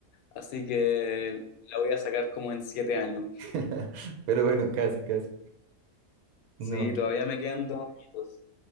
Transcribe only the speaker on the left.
así que la voy a sacar como en siete años.
Sí,
todavía me quedan dos añitos.